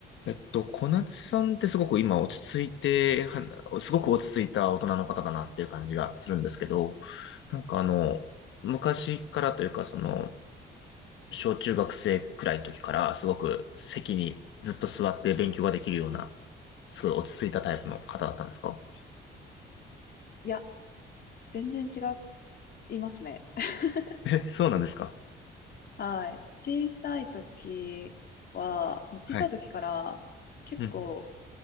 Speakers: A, on the left; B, on the left.
A: えっと、小夏さんってすごく今落ち着いて、はすごく落ち着いた大人の方だなっていう感じがするんですけど、なんかあの、昔からというか、その、小中学生くらいの時からすごく席にずっと座って勉強ができるような、すごい落ち着いたタイプの方だったんですか
B: いや、全然違いますね。<laughs>
A: えそうなんですか
B: はい。小さい時は、もう小さい時から結構
A: はい。うん。